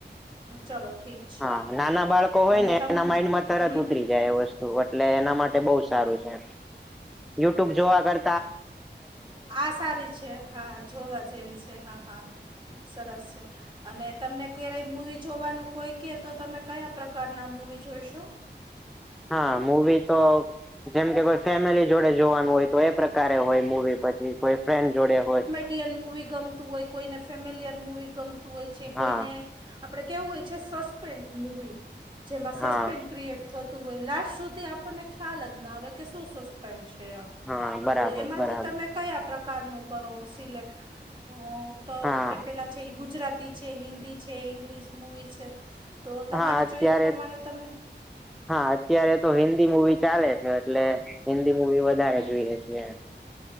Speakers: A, on the right; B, in the centre.
A: ચલો ઠીક.
B: હા નાના બાળકો હોય
A: અને
B: ને
A: તમ
B: એના માઈન્ડમાં તરત
A: હમ
B: ઉતરી
A: હમ
B: જાય એ વસ્તુ એટલે એના માટે બહુ સારું છે. યુટ્યુબ જોવા કર
A: આ સારી છે હા જોવા જેવી છે હા હા. સરસ છે. અને તમને ક્યારેય મૂવી જોવાનું કોઈ કહે તો તમે કયા પ્રકારના મૂવી જોઈશો?
B: હા મૂવી તો જેમ કે કોઈ ફેમિલી જોડે જોવાનું હોય તો એ પ્રકારે હોય મુવી, પછી કોઈ ફ્રેન્ડ જોડે હોય.
A: ઇન્ડિયન મુવી ગમતું હોય, કોઈને ફેમિલીયર મુવી ગમતું હોય છે,
B: હા
A: કોઈને આપણે કેવું હોય છે સસ્પેન્સ મૂવી, જેમાં સસ્પેન્
B: હા
A: ક્રિએટ થતું હોય. લાસ્ટ સુધી આપણને ખ્યાલ જ ના આવે કે શું સસ્પેન્ડ છે આમ.
B: હા બરાબર
A: તો એમાંથી
B: બરાબર
A: તમે કયા પ્રકારનું કરો સિલેક્ટ? અ તો
B: હા
A: આપણે પહેલાં છે ઈ ગુજરાતી છે, હિન્દી છે, ઇંગ્લિશ મૂવી છે. તો તમારી
B: હા અત્યારે
A: ચોઈસ પ્રમાણે તમે
B: હા અત્યારે તો હિન્દી મુવી ચાલે છે. એટલે હિન્દી મુવી વધારે
A: હમ
B: જોઈએ છે એમ.